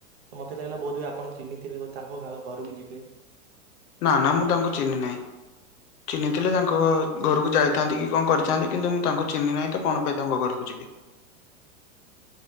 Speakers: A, on the right; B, on the left.
A: ତ ମତେ ଲାଗିଲା ବହୁତ ହୁଏ ଆପଣ ଚିହ୍ନିଥିବେ ତା ଘରକୁ ଯିବେ।
B: ନା ନା ମୁଁ ତାଙ୍କୁ ଚିହ୍ନି ନାହିଁ। ଚିହ୍ନିଥିଲେ ତାଙ୍କ ଘ ଘରକୁ ଯାଇଥାନ୍ତି କି କଣ କରିଥାନ୍ତି କିନ୍ତୁ ମୁଁ ତାଙ୍କୁ ଚିହ୍ନି ନାହିଁ ତ କଣ ପାଇଁ ତାଙ୍କ ଘରକୁ ଯିବି।